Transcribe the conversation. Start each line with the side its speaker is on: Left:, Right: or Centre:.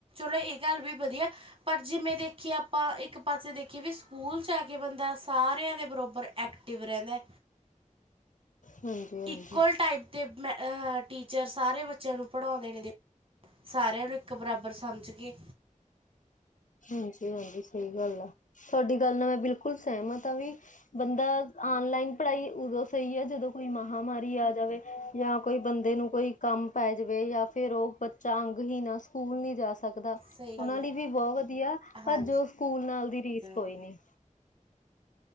Right: ਲੋ ਇਹ ਗੱਲ ਵੀ ਵਧੀਆ ਪਰ ਜਿਵੇਂ ਦੇਖੀਏ ਆਪਾਂ ਇੱਕ ਪਾਸੇ ਦੇਖੀ ਸਕੂਲ ਚ ਜਾ ਕੇ ਬੰਦਾ ਸਾਰਿਆਂ ਦੇ ਬਰੋਬਰ ਐਕਟਿਵ ਰਹਿੰਦਾ
Left: ਹਾਂਜੀ-ਹਾਂਜੀ,
Right: ਇਕੁਅਲ ਟਾਈਪ ਦੇ ਟੀਚਰ ਸਾਰੇ ਬੱਚਿਆਂ ਨੂੰ ਪੜ੍ਹਾਉਂਦੇ ਨੇ ਸਾਰਿਆਂ ਨੂੰ ਇੱਕ ਬਰਾਬਰ ਸਮਝ ਕੇ
Left: ਹਾਂਜੀ ਹਾਂਜੀ ਸਹੀ ਗੱਲ ਆ ਤੁਹਾਡੀ ਗੱਲ ਨਾਲ ਮੈਂ ਬਿਲਕੁਲ ਸਹਿਮ ਆ ਤਾਂ ਵੀ ਬੰਦਾ ਆਨਲਾਈਨ ਪੜ੍ਹਾਈ ਉਦੋਂ ਸਹੀ ਹੈ ਜਦੋਂ ਕੋਈ ਮਹਾਾਂਮਾਰੀ ਆ ਜਾਵੇ ਜਾਂ ਕੋਈ ਬੰਦੇ ਨੂੰ ਕੋਈ ਕੰਮ ਪੈ ਜਾਵੇ ਜਾਂ ਫੇਿਰ ਉਹ ਬੱਚਾ ਅੰਗ ਹੀ ਨਾ ਸਕੂਲ ਨਹੀਂੀ ਜਾ ਸਕਦਾ
Right: ਸਹੀ ਗੱਲ
Left: ਉਹਨਾਂ
Right: ਹੈ
Left: ਲਈ ਵੀ ਬਹੁਤ ਵੀਆ ਆ
Right: ਹਾਂਜੀ
Left: ਪਰ ਜੋ ਸਕੂਲ ਨਾਲ ਦੀ ਰੀਸ
Right: ਹਾਂ
Left: ਕੋਈ ਨੀ